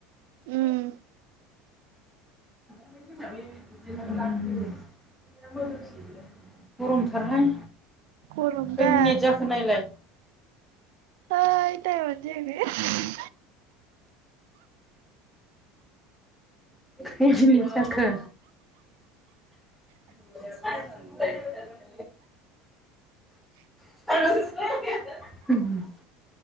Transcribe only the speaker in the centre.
<unintelligible> गरमथार हाय
खै
मिनिट जाखो नायलाय।
<inaudible> खै मिनिट जाखो। <unintelligible> <inaudible>